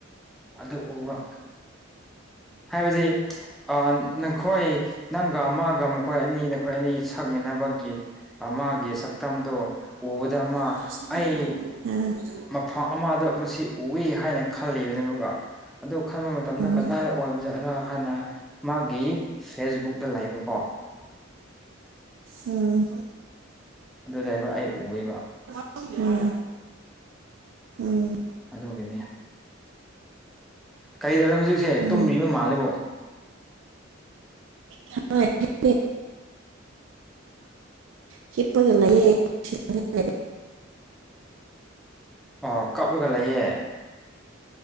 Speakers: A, in the centre; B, on the right (about 70°).
A: ꯑꯗꯨ ꯎꯕ ꯍꯥꯏꯕꯗꯤ ꯑ ꯅꯪꯈꯣꯏ ꯅꯪꯒ ꯑꯃꯒ ꯃꯈꯣꯏ ꯑꯅꯤ ꯅꯈꯣꯏ ꯑꯅꯤ ꯁꯛꯃꯤꯟꯅꯕꯒꯤ ꯑꯃꯒꯤ ꯁꯛꯇꯝꯗꯣ ꯑꯨꯕꯗ ꯃꯥ
B: <unintelligible>
A: ꯑꯩ ꯃꯐꯝ ꯑꯃꯗ ꯃꯁꯤ ꯎꯏ ꯍꯥꯏꯅ ꯈꯜꯂꯤꯕꯅꯦ ꯑꯃꯨꯛꯀ ꯑꯗꯨ ꯈꯟꯕ ꯃꯠ ꯃꯇꯝꯗ
B: ꯎꯝ
A: ꯀꯗꯥꯏꯗ ꯑꯣꯏꯕꯖꯥꯔ ꯍꯥꯏꯅ ꯃꯥꯒꯤ ꯐꯦꯁꯕꯨꯛꯇ ꯂꯩꯕꯀꯣ
B: ꯎꯝ
A: ꯑꯗꯨ ꯂꯩꯕ ꯑꯩ ꯎꯌꯦꯕ
B: ꯎꯝ ꯎꯝ
A: ꯑꯗꯨꯒꯤꯅꯦ ꯀꯩꯗꯧꯒꯦ ꯍꯧꯖꯤꯛꯁꯦ
B: ꯎꯝ
A: ꯇꯨꯝꯔꯤꯕ ꯃꯥꯜꯂꯦꯕꯨ
B: <unintelligible> <unintelligible>
A: ꯑꯣ ꯀꯞꯂꯒ ꯂꯩꯌꯦ